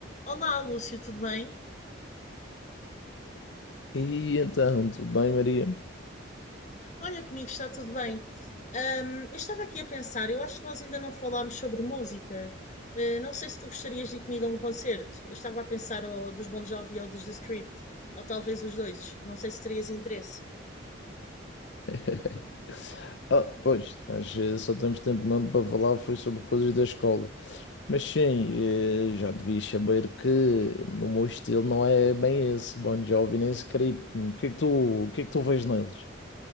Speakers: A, on the left; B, on the left.
A: Olá, Lúcio, tudo bem?
B: E então, tudo bem, Maria?
A: Olha, comigo está tudo bem. Ahm, eu estava aqui a pensar, eu acho que nós ainda não falámos sobre música. Ah, não sei se tu gostarias de ir comigo a um concerto. Eu estava a pensar ou dos Bon Jovi ou dos The Script, ou talvez os dois. Não sei se terias interesse.
B: <laughs> Ah, pois, nós eh, só temos tempo mesmo para falar foi sobre coisas da escola. Mas sim, eh, já devias saber que o meu estilo não é bem esse, Bon Jovi nem Script. O que é que tu, o que é que tu vês neles?